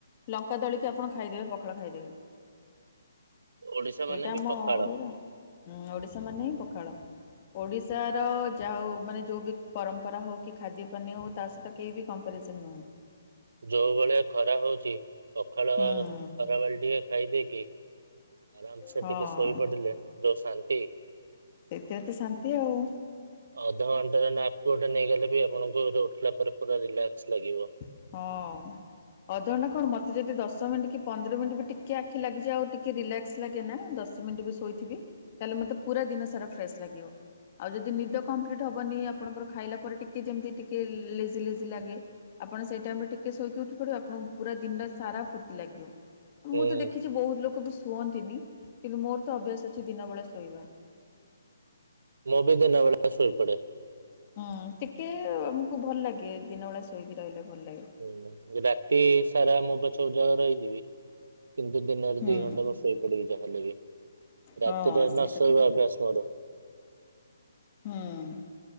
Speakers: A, on the left (about 20°); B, on the right (about 65°).
A: ଲଙ୍କା ଦଳିକି ଆପଣ ଖାଇଦେବେ ପଖାଳ ଖାଇଦେବେ।
B: ଓଡିଶା
A: ସେଇଟା
B: ମାନେ ବି
A: ଆମ
B: ପଖାଳ
A: ଓଡ଼ିରା ହୁଁ ଓଡ଼ିଶା ମାନେ ହିଁ ପଖାଳ। ଓଡ଼ିଶାର ଯାହା ହଉ ମାନେ ଯଉ ବି ପରମ୍ପରା ହଉ କି ଖାଦ୍ୟ ପାନୀୟ ହଉ ତା ସହିତ କେହି ବି କମ୍ପାରିଜନ୍ ନୁହଁ।
B: ଯୋଉ ଭଳିଆ ଖରା ହଉଚି ପଖାଳ
A: ହୁଁ
B: ଖରା ବେଳେ ଟିଏ ଖାଇଦେଇକି ଆରାମସେ
A: ହଁ
B: ଟିକେ ଶୋଇ ପଡ଼ିଲେ ଯୋଉ ଶାନ୍ତି
A: ଏଥିରେ ତ ଶାନ୍ତି ଆଉ।
B: ଅଧଘଣ୍ଟେର ନାପ୍ କୁ ଗୋଟେ ନେଇଗଲେ ବି ଆପଣଙ୍କୁ ର ଉଠିଲା ପରେ ପୁରା ରିଲାକ୍ସ୍ ଲାଗିବ।
A: ହଁ। ଅଧଘଣ୍ଟା କଣ ମତେ ଯଦି ଦଶ ମିଣ୍ଟି କି ପନ୍ଦର ମିଣ୍ଟି ବି ଟିକେ ଆଖି ଲାଗିଚି ଆଉ ଟିକେ ରିଲାକ୍ ସ୍ ଲାଗେ ନାଁ ଦଶ ମିଣ୍ଟି ବି ଶୋଇଥିବି ତାହେଲେ ମତେ ପୁରା ଦିନ ସାରା ଫ୍ରେସ୍ ଲାଗିବ। ଆଉ ଯଦି ନିଦ କମ୍ପ୍ଲିଟ୍ ହବନି ଆପଣଙ୍କର ଖାଇଲା ପରେ ଟିକେ ଯେମତି ଟିକେ ଲେଜି ଲେଜି ଲାଗେ ଆପଣ ସେଇ ଟାଇମ୍ ରେ ଟିକେ ଶୋଇକି ଉଠି ପଡ଼ିବେ ଆଣଙ୍କୁୁ ପୁରା ଦିନ ସାରା ଫୁର୍ତ୍ତି ଲାଗିବ। ମୁଁ
B: ହୁଁ।
A: ତ ଦେଖିଚି ବହୁତ ଲୋକ ବି ଶୁଅନ୍ତିନି କିନ୍ତୁ ମୋର ତ ଅଭ୍ୟାସ ଅଛି ଦିନ ବେଳେ ଶୋଇବା।
B: ମୁଁ ବି ଦିନ ବେଳା ଶୋଇ ପଡ଼େ।
A: ହୁଁ ଟିକେ ଆମୁକୁ ଭଲ ଲାଗେ ଦିନ ବେଳା ଶୋଇକି ରହିଲେ ଭଲ ଲାଗେ।
B: ହୁଁ ଯେ ରାତି ସାରା ମୁଁ ପଛେ ଉଜାଗର ହେଇଯିବି କିନ୍ତୁ ଦିନରେ
A: ହୁଁ
B: ଦି ଘଣ୍ଟା ବସ୍ ଶୋଇ ପଡ଼ିବି ଯା ହେଲେ ବି। ରାତିରେ
A: ହଁ ସେଇଟା
B: ନଶୋଇବା
A: ତ କଥା
B: ଅଭ୍ୟାସ ମୋର।
A: ହୁଁ।